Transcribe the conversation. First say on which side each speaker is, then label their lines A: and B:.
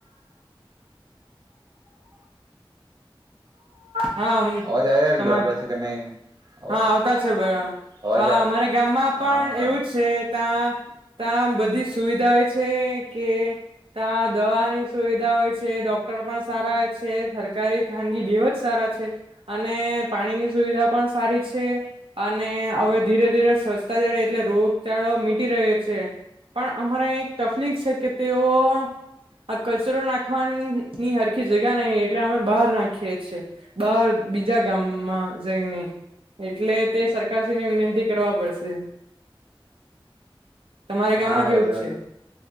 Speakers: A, on the right; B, on the right.
A: હા
B: અવાજ આવી
A: તમા
B: છે, બરાબર છે, કે નહી. અવાજ
A: હા આવતા છે, બા
B: અવાજ
A: અમારા ગામમાં પણ
B: હા
A: એવું જ છે. ત્યાં ત્યાં બધી સુવિધા હોય છે, કે ત્યા દવાની સુવિધા હોય છે ડોક્ટર પણ સારા હોય છે, સરકારી ખાનગી બે જ સારા છે, અને પાણીની સુવિધા પણ. સારી છે, અને હવે ધીરે ધીરે સ્વચતા જે એટલે રોગચળો મીટી રહ્યો છે, પણ અમારે એક <unintelligible> છે, કે તેઓ આ કચરો નાખવાની હરખી જગા નહી એટલે અમે બહાર નાખીએ છેીએ બહાર બીજા ગામમાં જઈને. એટલે તે સરકારશ્રી ને વિનંતી કરવા પડશે. તમારા ગામમાં
B: હા
A: કેવું
B: એ તો
A: છે.